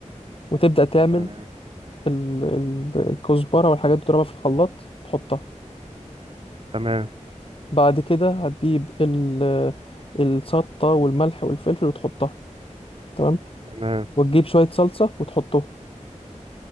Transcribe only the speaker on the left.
وتبدا تعمل
ال- ال- الكزبره والحاجات دي تضربها في الخلاط تحطها
بعد كده هتجيب ال- الشطة والملح والفلفل وتحطها تمام
وتجيب شوية صلصة وتحطهم